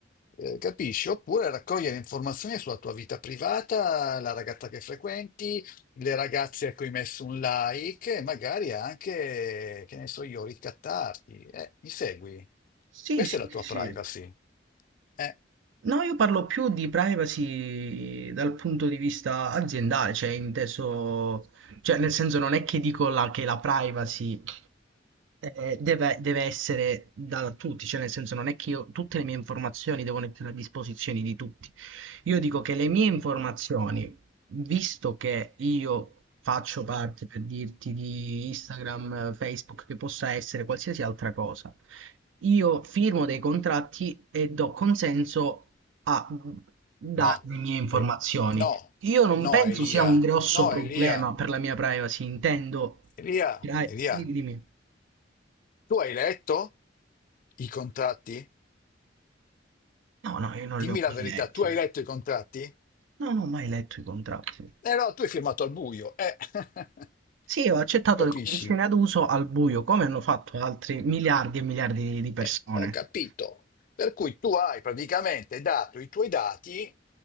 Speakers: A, on the left (about 45°); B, on the right (about 80°).
A: eh, capisci? Oppure raccogliere informazioni sulla tua vita privata, la ragazza che frequenti, le ragazze a cui hai messo un like e magari anche, che ne so io, ricattarti. Eh, mi segui?
B: Sì,
A: Questa
B: sì,
A: è la tua
B: sì, sì.
A: privacy. Eh,
B: No, io parlo più di privacy dal punto di vista aziendale, cioè inteso, cioè nel senso non è che dico la- che la privacy eh, deve, deve essere da tutti, cioè nel senso non è che io, tutte le mie informazioni devono essere a disposizione di tutti. Io dico che le mie informazioni, visto che io faccio parte, per dirti, di Instagram, eh, Facebook, che possa essere qualsiasi altra cosa, io firmo dei contratti e do consenso a dare
A: no.
B: le mie informazioni.
A: Eh, No,
B: Io non
A: no,
B: penso
A: Elia.
B: sia un grosso
A: No,
B: problema
A: Elia.
B: per la mia privacy, intendo...
A: Elia,
B: Dai,
A: Elia,
B: dimmi, dimmi.
A: tu hai letto i contratti?
B: No, no, io non
A: Dimmi
B: li ho
A: la
B: mai
A: verità,
B: letti.
A: tu hai letto i contratti?
B: No, Non ho mai letto i contratti.
A: Eh no, tu hai firmato al buio. Eh. <laughs>
B: Sì, ho accettato
A: Capisci?
B: le condizioni ad uso al buio, come hanno fatto altri miliardi e miliardi di persone.
A: Eh, ho capito. Per cui tu hai praticamente dato i tuoi dati